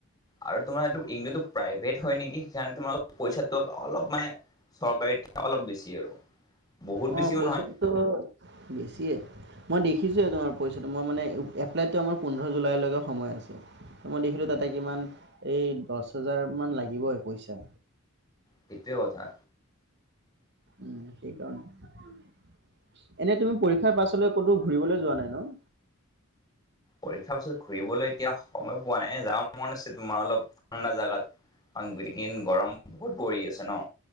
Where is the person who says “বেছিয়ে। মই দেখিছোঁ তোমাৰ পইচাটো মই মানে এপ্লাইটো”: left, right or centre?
Right